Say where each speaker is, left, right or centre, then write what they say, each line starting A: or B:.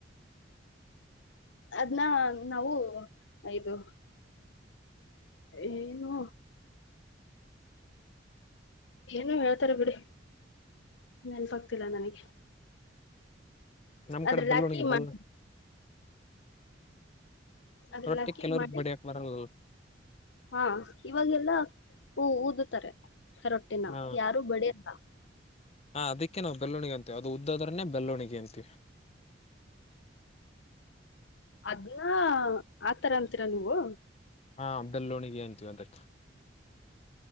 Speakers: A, on the left (about 80°); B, on the left (about 35°).
A: ಅದ್ನ್ನ ನಾವು ಇದು ಏನು ಏನೊ ಹೇಳ್ತಾರ ಬಿಡಿ ನೆನಪಾಗ್ತಿಲ್ಲ ನನಗೆ
B: ನಮ್
A: ಅದ್ರಲ್ಲ
B: ಕಡೆ ಬೆಲ್ಲುಣಿಗೆ
A: ಹಾಕಿ ಮಾಡ
B: ಬೆಲ್ಲ
A: ಅದ್ರಲ್ಲಿ
B: ರೊಟ್ಟಿ
A: ಹಾಕಿ
B: ಕೆಲವ್ರರಿಗೆ
A: ಮಾಡಿ
B: ಬಡಿಯಾಕ್ ಬರಲಲ್
A: ಹಾ ಇವಾಗೆಲ್ಲಾ ಹಊ ಊದತಾರೆ ರೊಟ್ಟಿನ
B: ಹಾ
A: ಯಾರು ಬಡಿಯಲ್ಲಾ
B: ಹಾ ಅದಿಕ್ಕೆ ನ ಬೆಲ್ಲವಣಿಗೆ ಅಂತೆ ಅದು ಉದ್ದದ್ರನ್ನೇ ಬೆಲ್ಲವಣಿಗೆ ಅಂತ
A: ಅದ್ನ್ ಆತರ ಅಂತೀರ ನೀವು
B: ಹಾ ಬೆಲ್ಲೋಣಗಿ ಅಂತೀವ್ ಅದಕ್ಕ